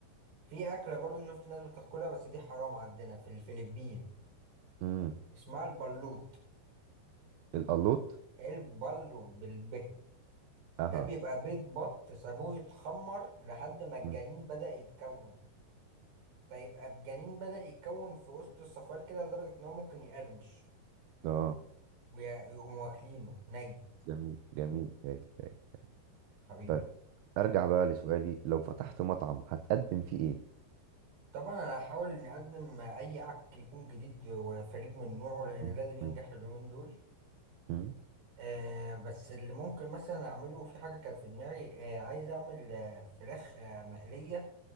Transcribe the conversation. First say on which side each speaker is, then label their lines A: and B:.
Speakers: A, on the right; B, on the right.
A: في اكله برضو شفت ناس بتاكلها بس دي حرام عندنا في الفلبين
B: امم
A: اسمها البلوت
B: القلوط
A: البلوت بالب
B: اها
A: ده بيبقى بيض بط سابوه يتخمر لحد ما الجنين
B: مم.
A: بدأ يتكون فيبقى الجنين بدأ يتكون في وسط الصفار كده لدرجة إن هو ممكن يقرمش
B: اه
A: ويقوموا واكلينه ني
B: جميل جميل هادي هادي
A: حبيبي
B: طيب ارجع بقى لسؤالي لو فتحت مطعم هتقدم فيه ايه
A: طبعا أنا هحاول إني أقدم أي عك يكون جديد وفريد من نوعه لأن
B: مم،
A: ده اللي بينجح
B: مم،
A: اليومين دول
B: مم،
A: آه بس اللي ممكن مثلا أعمله في حاجة كانت في دماغي آه عايز أعمل آه فراخ آه مقلية